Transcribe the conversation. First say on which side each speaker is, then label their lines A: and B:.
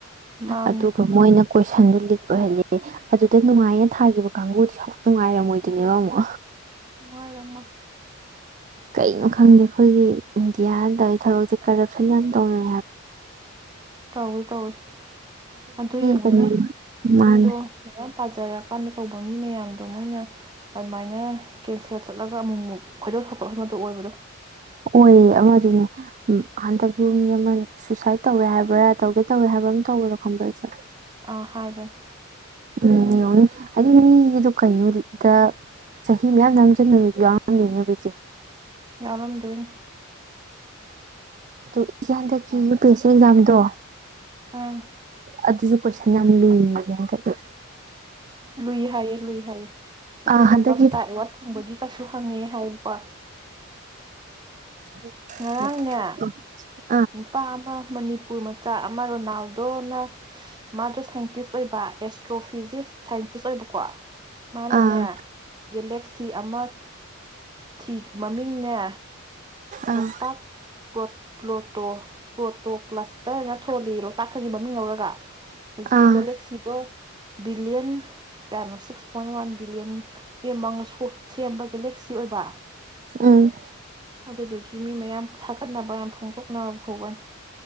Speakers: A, on the right; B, on the right.
A: ꯃꯥꯅꯦ
B: ꯑꯗꯨꯒ ꯃꯣꯏꯅ ꯀꯣꯏꯁꯟꯗꯨ ꯂꯤꯛ ꯍꯧꯖꯤꯛꯇꯤ ꯅꯨꯡꯉꯥꯏꯌꯦꯅ ꯊꯥꯈꯤꯕ ꯀꯥꯡꯒꯨꯗꯤ ꯅꯨꯡꯉꯥꯏ ꯔꯝꯃꯣꯏꯗꯔꯤꯅꯦꯕ ꯑꯃꯨꯛ
A: ꯅꯨꯡꯉꯥꯏ ꯔꯝꯃꯣꯏ
B: ꯀꯩꯅꯣ ꯈꯪꯗꯦ ꯑꯩꯈꯣꯏꯒꯤ ꯏꯟꯗꯤꯌꯥꯅ ꯇꯧꯏ ꯊꯕꯛꯁꯤ ꯀꯔꯞꯁꯟ ꯌꯥꯝ ꯇꯧꯏ
A: ꯇꯧꯏ ꯇꯧꯏ ꯑꯗꯣ ꯌꯦꯡꯎꯅꯦ
B: ꯀꯩꯅꯣꯅꯦ ꯃꯥꯅꯦ
A: ꯃꯤꯗꯣ ꯃꯌꯥꯝ ꯄꯥꯖꯥꯔꯀꯥꯟꯗ ꯇꯧꯕ ꯃꯤ ꯃꯌꯥꯝꯗꯣ ꯃꯣꯏꯅ ꯑꯗꯨꯃꯥꯏꯅ ꯀꯦꯟꯁꯦꯜ ꯆꯠꯂꯒ ꯑꯃꯨꯛ ꯑꯃꯨꯛ ꯈꯣꯏꯗꯧ ꯁꯥꯎꯍꯠꯍꯟꯕꯗꯣ ꯑꯣꯏꯕꯗꯣ
B: ꯑꯣꯏꯌꯦ ꯑꯃꯗꯨꯅꯤ ꯍꯟꯇꯛꯁꯨ ꯃꯤ ꯑꯃꯥ ꯁꯨꯁꯥꯏꯗ ꯇꯧꯋꯦ ꯍꯥꯏꯕꯔ ꯇꯧꯗꯧ ꯇꯧꯋꯦ ꯍꯥꯏꯕꯔ ꯑꯃꯥ ꯇꯧꯕꯗꯣ ꯈꯡꯕ꯭ꯔ ꯏꯆꯦ
A: ꯑꯑ ꯍꯥꯏꯕꯅꯦ
B: ꯎꯝ ꯌꯦꯡꯎꯅꯦ ꯍꯥꯏꯗꯤ ꯃꯤꯗꯣ ꯀꯔꯤꯅꯣꯗ ꯆꯍꯤ ꯃꯌꯥꯝ ꯅꯝꯖꯟꯕꯥ ꯃꯤꯖꯨ ꯌꯥꯎꯔꯝꯗꯣꯏꯅꯦꯕ ꯏꯆꯦ
A: ꯌꯥꯎꯔꯝꯗꯣꯏꯅꯦ
B: ꯑꯗꯒꯤ ꯍꯟꯇꯛꯀꯤ ꯌꯨ ꯄꯤ ꯑꯦ ꯁꯤ ꯑꯦꯛꯖꯥꯝꯗꯣ
A: ꯑꯥ
B: ꯑꯗꯨꯖꯨ ꯀꯣꯏꯁꯟ ꯌꯥꯝ ꯂꯨꯏꯌꯦꯌꯦ ꯍꯟꯇꯛ <inaudible>
A: ꯂꯨꯏ ꯍꯥꯏꯌꯦ ꯂꯨꯏ ꯍꯥꯏꯌꯦ ꯑꯗꯨꯒ
B: ꯑꯥ ꯍꯟꯗꯛꯀꯤ
A: ꯕꯥꯞꯇ ꯑꯋꯥꯔꯗ ꯐꯪꯕꯒꯤꯒꯖꯨ ꯍꯪꯉꯛꯑꯦ ꯍꯥꯏꯕꯀꯣ
B: <inaudible>
A: ꯉꯔꯥꯡꯅꯦ ꯅꯨꯄꯥ ꯑꯃꯥ ꯃꯅꯤꯄꯨꯔ ꯄꯨꯔ ꯝꯆ ꯆꯥ ꯑꯃꯥ ꯔꯣꯅꯥꯜꯗꯣꯅ ꯃꯖꯨ ꯁꯥꯏꯟꯇꯤꯁꯠ ꯑꯣꯏꯕ ꯑꯁꯇꯔꯣ ꯇꯔꯣꯐꯤꯖꯤꯁ ꯁꯥꯏꯟꯇꯤꯁꯠ ꯑꯣꯏꯕꯀꯣ ꯃꯅꯥꯅꯦ
B: ꯑꯥ
A: ꯒꯦꯂꯦꯛꯁꯤ ꯑꯃꯥ ꯆꯤꯛ ꯃꯃꯤꯡꯅꯦ
B: ꯑꯥ
A: ꯂꯣꯛꯇꯥꯛ ꯄꯔꯣꯇ ꯂꯣꯛ ꯇꯣ ꯄꯔꯣꯇꯣꯀꯂꯥꯁꯇꯔꯅ ꯊꯣꯜꯂꯤꯔꯣ ꯄꯥꯠꯇꯒꯤ ꯃꯃꯤꯡ ꯂꯧꯔꯒ ꯍꯧꯖꯤꯛꯀꯤ
B: ꯑꯥ
A: ꯒꯦꯂꯦꯛꯁꯤꯗꯣ ꯕꯤꯂꯤꯌꯟ ꯀꯌꯥꯅꯣ ꯁꯤꯀꯁ ꯄꯣꯏꯟꯠ ꯋꯥꯟ ꯌꯦꯡꯎ ꯏꯕꯦꯃ <inaudible>
B: ꯎꯝ
A: ꯑꯗꯨꯗꯨꯒꯤ ꯃꯤ ꯃꯌꯥꯝ ꯊꯥꯒꯠꯅꯕꯥ ꯐꯣꯡꯗꯣꯛꯅꯕ ꯐꯥꯎꯕ